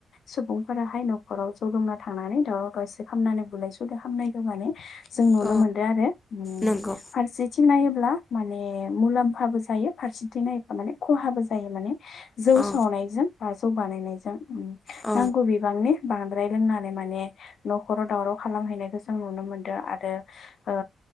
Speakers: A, on the left; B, on the left.
A: सुबुंफोराहाय न'खराव जौ लोंना थां नानै दावराव दावसि खामनानै बुलाय सुलाय खामनायखो माने जों नुनो
B: औ
A: मोनदों आरो उम्म
B: नंगौ
A: फारसे थिं नायोब्ला माने मुलाम्फाबो जायो फारसेथिं नायोबा माने खहाबो जायो माने। जौ
B: औ
A: सावनायजों बा जौ बानायनायजों
B: औ
A: नांगौ बिबांनि बांद्राय लोंनानै माने न'खराव दावराव खालामहैनायखौ जों नुनो मोनदो आरो ओ